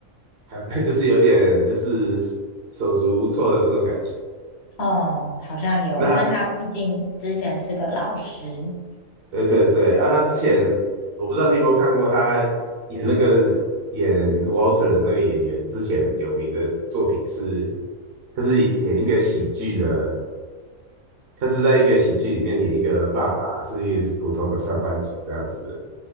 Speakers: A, on the right; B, on the left.
A: 还 <laughs> 就是有点就是手足无措的那种感觉。
B: 哦，好像有，
A: 那
B: 因为他毕竟之前是个老师。
A: 对对对，啊，他之前我不知道你有没有看过他演那个演 Walter 的那个演员之前有名的作品是，他是演一个喜剧的，他是在一个喜剧里面演一个爸爸，是一个普通的上班族这样子。